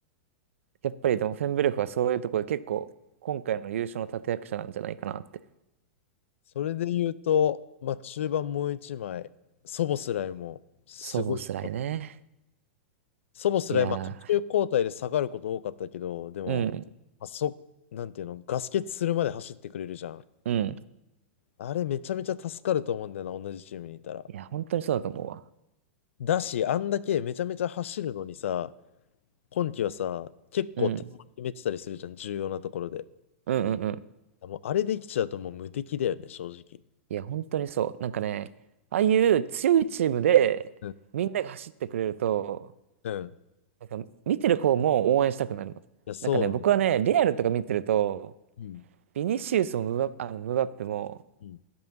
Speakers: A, on the right; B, on the left.
A: やっぱりでもフェンブレフはそういうところで結構今回の優勝の立役者なんじゃないかなって。
B: それで言うと、まあ中盤もう一枚、ソボスライもすごい良かった。
A: そう、ボスライね。
B: ソボスライ、
A: いや
B: まあ途中交代で下がること多かったけど、でも、
A: ー、うん、
B: まあ、そ、なんていうの、ガス欠するまで走ってくれるじゃん。
A: うん。
B: あれめちゃめちゃ助かると思うんだよな、同じチームにいたら。
A: いや、本当にそうだと思うわ。
B: だし、あんだけめちゃめちゃ走るのにさ、今期はさ、結構点も決めてたりするじゃん、
A: うん、
B: 重要なところで。
A: うん、うん、うん。
B: もうあれできちゃうともう無敵だよね、正直。
A: いや、本当にそう。なんかね、ああいう強いチームでみんなが走ってくれると、
B: うん。うん。い
A: なんか見てる方も応援したくなるの。
B: や、そうなんだ
A: なんかね、僕はね、レアルとか見てると、
B: うん。
A: ビニシウスもムバ、あのムバッペも
B: うん。